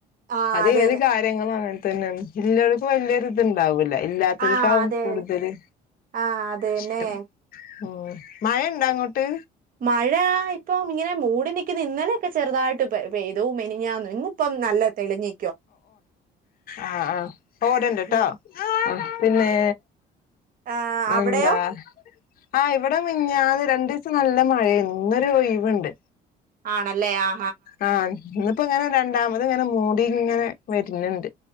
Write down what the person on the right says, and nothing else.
ആഹ്
അതന്നെ
ആഹ്
അതെ
അതെ ആഹ് അതന്നെ
മഴയാ ഇപ്പം ഇങ്ങനെ മൂടി നിക്കുന്ന ഇന്നലെക്കെ ചെറുതായിട്ട് പെയ് പെയ്ത മെനാഞ്ഞന്ന് ഇന്ന് ഇപ്പം നല്ല തെളിഞ്ഞ്
ഉം
ഏഹ് അവിടെയോ
ആണല്ലേ ആ